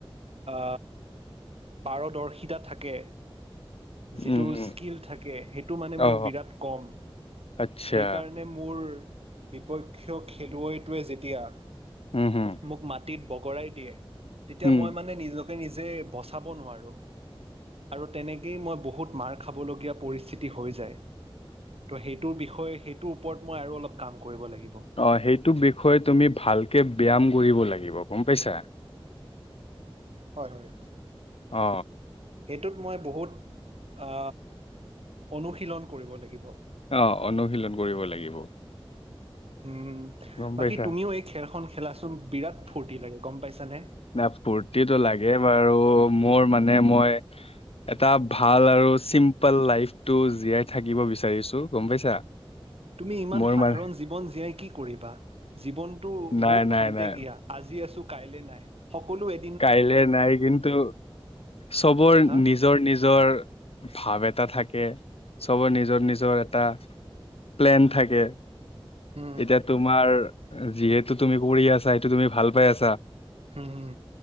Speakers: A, on the right; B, on the left.
A: আ পাৰদৰ্শিতা থাকে। যিটো
B: উম উম
A: স্কিল থাকে সেইটো মানে মোৰ
B: অ
A: বিৰাট কম,
B: আচ্ছা
A: সেইকাৰণে মোৰ বিপক্ষ খেলুৱৈটোৱে যেতিয়া
B: হুম হু।
A: মোক মাটিট বগৰাই দিয়ে, তেতিয়া
B: উম
A: মই মানে নিজক তে নিজে বচাব নোৱাৰোঁ আৰু তেনে কেই মই বহুত মাৰ খাবলগীয়া পৰিস্থিতি হৈ যায়। ত সেইটোৰ বিষয়ে সেইটোৰ ওপৰত মই আৰু অলপ কাম কৰিব লাগিব।
B: অ সেইটো বিষয়ে তুমি ভালকে ব্যয়ায়াম কৰিব লাগিব গম পাইছা।
A: হয় হয়।
B: অ।
A: সেইটোত মই বহুত আ অনুশীলন কৰিব লাগিব।
B: অ অনুশীলন কৰিব লাগিব।
A: উম,
B: গম
A: বাকী
B: পাইছা
A: এই খেলখন খেলাচোন বিৰাট ফূৰ্তি লাগে গম পাইছানে।
B: না ফুৰ্তিটো লাগে বাৰু, মোৰ মানে মই এটা ভাল আৰু চিম্পল লাইফটো জীয়াই থাকিব বিচাৰিছো গম পাইছা।
A: তুমি ইমান
B: মোৰ
A: সাধাৰণ
B: মানে
A: জীৱন জীয়াই কি কৰিবা, জীৱনটো
B: নাই
A: বহুত
B: নাই
A: খন্তেকীয়া।
B: নাই
A: আজি আছো কাইলৈ নাই, সকলো এ
B: কাইলে নাই কিন্তু চবৰ নিজ
A: হা।
B: নিজৰ নিজৰ ভাৱ এটা থাকে, চবৰ নিজৰ নিজৰ এটা প্লেন থাকে।
A: উম।
B: এতিয়া তোমাৰ যিহেতু তুমি কৰি আছা সেইটো তুমি ভাল পাই আছা।
A: হুম হু।